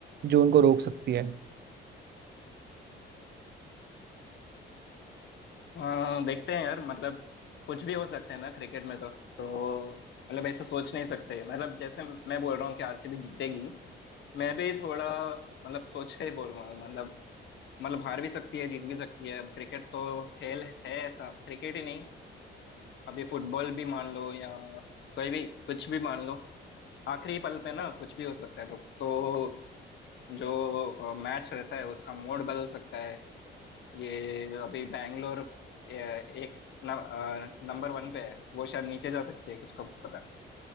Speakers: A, on the right; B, on the left.
A: जो उनको रोक सकती है
B: हाँ देखते हैं यार मतलब कुछ भी हो सकता है ना क्रिकेट में तो तो मतलब ऐसा सोच नहीं सकते मतलब जैसे मैं बोल रहा हूँ कि आरसीबी जीतेगी मैं भी थोड़ा मतलब सोच के ही बोल रहा हूँ मतलब मतलब हार भी सकती है जीत भी सकती है अब क्रिकेट तो खेल है ऐसा क्रिकेट ही नहीं अभी फुटबॉल भी मान लो या कोई भी कुछ भी मान लो आखिरी पल पे ना कुछ भी हो सकता है तो तो जो मैच रहता है उसका मोड बदल सकता है ये अभी बैंगलोर अ, एक नंबर वन पे है वो शायद नीचे जा सकती है किसको पता